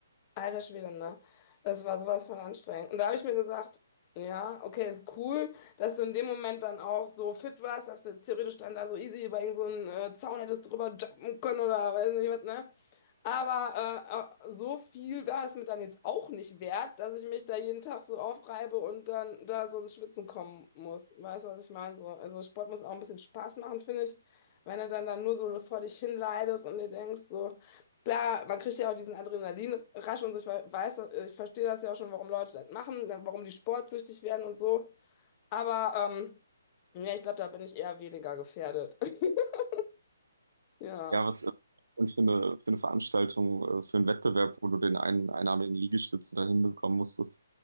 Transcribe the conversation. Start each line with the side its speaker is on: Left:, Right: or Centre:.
Left: Alter Schwede, ne? Das war sowas von anstrengend. Und da habe ich mir gesagt, ja, okay, ist cool, dass du in dem Moment dann auch so fit warst, dass du theoretisch dann da so easy über irgend so einen äh, Zaun hättest drüber jumpen können oder weiß nicht was, ne? Aber äh, äh, so viel war es mir dann jetzt auch nicht wert, dass ich mich da jeden Tag so aufreibe und dann da so ins Schwitzen kommen muss. Weißt du, was ich meine? So, also Sport muss auch ein bisschen Spaß machen, finde ich. Wenn du dann, dann nur so vor dich hinleidest und dir denkst so, Klar, man kriegt ja auch diesen Adrenalinrausch und so, ich we- weiß, äh, ich verstehe das ja auch schon, warum Leute das machen, dann warum die sportsüchtig werden und so. Aber ähm, ja, ich glaube, da bin ich eher weniger gefährdet. <laughs> Ja.
Right: ja, was ist denn für eine, für eine Veranstaltung, äh, für einen Wettbewerb, wo du den einen einarmigen Liegestütze da hinbekommen musstest?